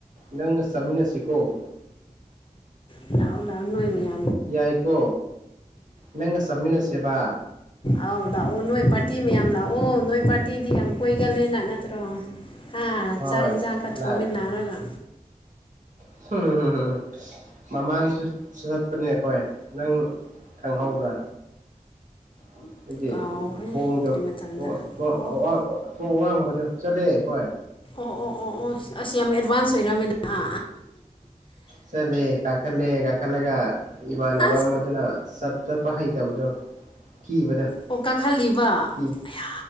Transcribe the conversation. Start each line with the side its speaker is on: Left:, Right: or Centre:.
Right: ꯅꯪꯒ ꯆꯠꯃꯤꯟꯅꯁꯤ ꯑꯣ
Left: ꯂꯥꯛꯑꯣ ꯂꯥꯛꯑꯣ ꯅꯣꯏꯃꯤ ꯌꯥ
Right: ꯌꯥꯏꯀꯣ ꯅꯪꯒ ꯆꯠꯃꯤꯟꯅꯁꯦꯕ
Left: ꯑꯥꯎ ꯂꯥꯛꯑꯣ ꯅꯣꯏ ꯄꯥꯔꯇꯤ ꯃꯌꯥꯝ ꯂꯥꯛꯑꯣ ꯅꯣꯏ ꯄꯥꯔꯇꯤꯗꯤ ꯌꯥꯝ ꯀꯣꯏꯒꯜꯂꯦꯅ ꯅꯠꯇ꯭ꯔꯣ ꯍꯥ
Right: ꯍꯣꯏ
Left: ꯆꯥꯛ ꯏꯟꯖꯥꯡꯒ ꯊꯣꯡꯃꯤꯟꯅꯔꯒ
Right: ꯂꯥꯛꯑꯦ <unintelligible> ꯃꯃꯥꯡꯁꯨ ꯆ ꯆꯠꯄꯅꯦ ꯑꯈꯣꯏ ꯅꯪ ꯈꯪꯍꯧꯕ꯭ꯔꯥ ꯎꯝ <unintelligible> ꯈꯣꯏꯒꯤ
Left: ꯀꯥꯎꯈ꯭ꯔꯦ
Right: ꯊꯣꯡꯗꯣ
Left: ꯀꯔꯤ ꯃꯇꯝꯗ
Right: ꯊꯣꯡ ꯊꯣꯡ
Left: ꯑꯣ
Right: ꯑꯋꯥ ꯑꯋꯥꯡꯕꯗꯣ ꯆꯠꯂꯦ ꯑꯈꯣꯏ
Left: ꯑꯣ ꯑꯣ ꯑꯣ ꯑꯣ ꯑꯁ ꯌꯥꯝ ꯑꯦꯗꯚꯥꯟꯁ ꯑꯣꯏꯔꯝꯃꯤꯅ ꯍꯥ
Right: ꯆꯠꯂꯦ ꯀꯥꯏꯈꯠꯂꯦ ꯀꯥꯈꯠꯂꯒ ꯏꯃꯥꯅꯕ
Left: ꯑꯁ
Right: ꯑꯃꯗꯨꯅ ꯆꯠ ꯆꯠꯄ ꯍꯩ ꯇꯧꯕꯗꯣ ꯀꯤꯕꯗꯣ
Left: ꯑꯣ ꯀꯥꯈꯂꯤꯕ
Right: ꯀꯤ
Left: ꯑꯌꯥ